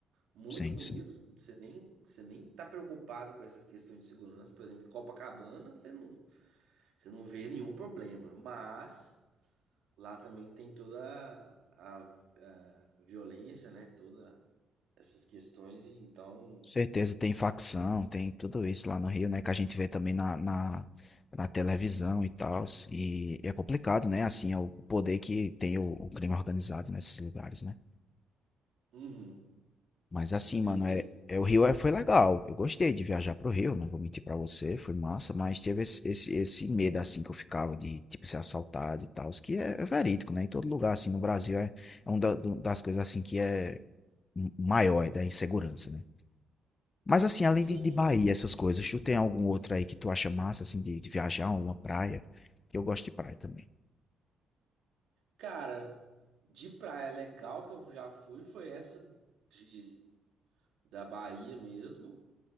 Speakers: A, on the right (about 75°); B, on the left (about 35°).
A: muito
B: Sim,
A: bonitos.
B: sim.
A: Você nem, você nem tá preocupado com essas questões de segurança. Por exemplo, em Copacabana, você não, você não vê nenhum problema. Mas lá também tem toda a, a violência, né? Toda essas questões. E então,
B: Certeza, tem facção, tem tudo isso lá no Rio, né? Que a gente vê também na, na, na televisão e tal. E é complicado, né? Assim, é o poder que tem o, o crime organizado nesses lugares, né?
A: uhum,
B: Mas assim,
A: com certeza.
B: mano, é, é o Rio é, foi legal. Eu gostei de viajar pro Rio, não vou mentir pra você, foi massa, mas teve esse, esse, esse medo assim que eu ficava de tipo ser assaltado e tal, que é, é verídico, né? Em todo lugar assim no Brasil é, é uma das coisas assim que é m- maior, é da insegurança, né? Mas assim, além
A: Sim.
B: de, de Bahia, essas coisas, tu tem algum outro aí que tu acha massa assim de, de viajar, uma praia? que Eu gosto de praia também.
A: Cara, de praia legal que eu já fui foi essa de da Bahia mesmo.